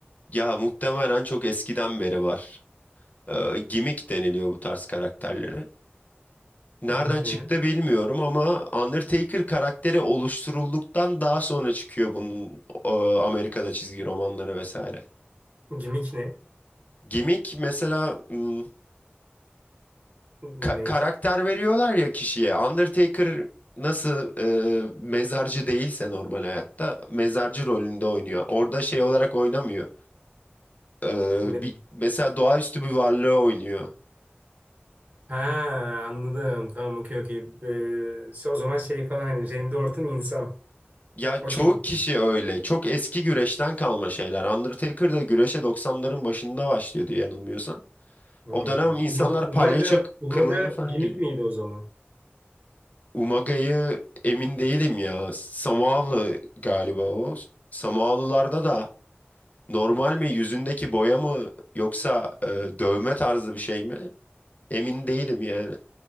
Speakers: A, on the left; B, on the right.
A: Ya muhtemelen çok eskiden beri var. Ee, gimmick deniliyor bu tarz karakterlere. Nereden
B: Gimik
A: çıktı
B: ne ya?
A: bilmiyorum ama Undertaker karakteri oluşturulduktan daha sonra çıkıyor bunun e, Amerika'da çizgi romanları vesaire.
B: Gimik ne?
A: Gimmick mesela m,
B: Ne?
A: ka- karakter veriyorlar ya kişiye. Undertaker nasıl e, mezarcı değilse normal hayatta mezarcı rolünde oynuyor. Orada şey olarak oynamıyor. Ee,
B: Ne?
A: bir, mesela doğaüstü bir varlığı oynuyor.
B: Ha anladım. Tamam okey okey. Ee, o zaman şey falan hani Randy Orton insan.
A: Ya çoğu
B: O şekilde.
A: kişi öyle. Çok eski güreşten kalma şeyler. Undertaker da güreşe doksanların başında başlıyordu yanılmıyorsam.
B: Ha.
A: O dönem insanlar
B: Uma-
A: palyaço
B: Umaga, Umaga
A: kılığına falan
B: gimik
A: giriyor.
B: miydi o zaman?
A: Umaga'yı emin değilim ya. Samoalı galiba o. Samoalılarda da normal mi yüzündeki boya mı yoksa e, dövme tarzı bir şey mi? Emin değilim yani.